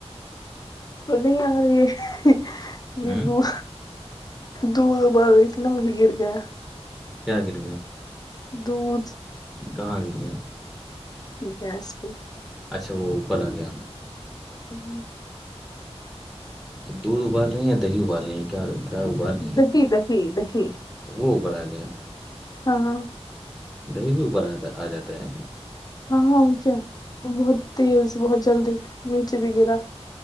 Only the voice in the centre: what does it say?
ہ
کیا گر گیا
کہاں گر گیا
اچھا وہ اوپر آ گیا
دودھ ابال رہی ہیں یا دہی ابال رہی ہیں کیا کیا ابال رہی ہیں
وہ اوپر آ گیا
دہی بھی اوپر آ آ جاتا ہے